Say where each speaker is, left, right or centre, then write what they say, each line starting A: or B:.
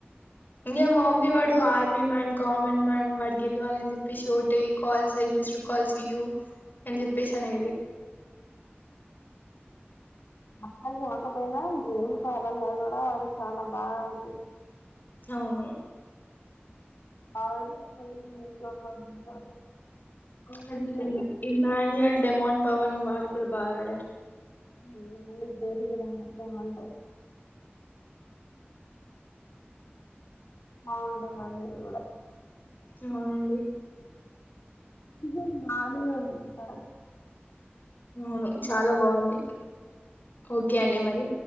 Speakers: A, on the left; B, on the left.
A: ఇంకే మా మమ్మీ వాడు ఆర్మీ మ్యాన్ కామన్ మ్యాన్ వాడి గెలవాల అని చెప్పి షోట్ అయ్యి కాల్స్ అయ్యి మిస్డ్ కాల్స్ ఇయూ అని చెప్పేసి అనేది
B: నెమ్మర్ కాకపోయినా గేమ్ పరంగా కూడా ఆడు చాలా బాగా ఆడేది
A: అవును
B: వాడు మళ్ళి ఇంకొకడు ఉంటాడు ఎక్కువ
A: అ
B: మంది
A: ఇ
B: ఉన్నారు
A: ఇమాన్యువల్ డేమోన్ పవన్ వాళ్ళు కూడా బాగా ఆడారు
B: <unintelligible> బాగుంటాయి అవుడు అందది కూడా
A: అవునండి
B: ఇద మ <unintelligible> ఉంటాడు
A: అవును చాలా బాగుంది ఓకే అండి మరి